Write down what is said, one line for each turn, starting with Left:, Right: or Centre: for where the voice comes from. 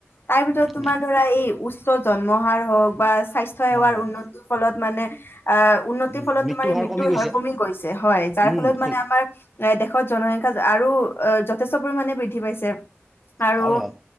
Left: তাৰ ভিতৰত তোমাৰ
Centre: উম
Left: ধৰা এই উচ্চ জন্ম হাৰ হওঁক বা স্বাস্থ্য সেৱাৰ
Centre: হয় হয়
Left: উন্নতৰ ফলত। মানে। আহ উন্নতিৰ
Centre: উম
Left: ফলত
Centre: মৃত্যু
Left: তোমাৰ মৃত্যুৰ
Centre: গৈছে
Left: হাৰ কমি গৈছে হয় যাৰ
Centre: উম
Left: ফলত
Centre: ঠিক
Left: মানে আমাৰ এ দেশ। দেশত জনসংখ্যা আৰু যথেষ্ট পৰিমাণে বৃদ্ধি পাইছে আৰু।
Centre: হয় হয়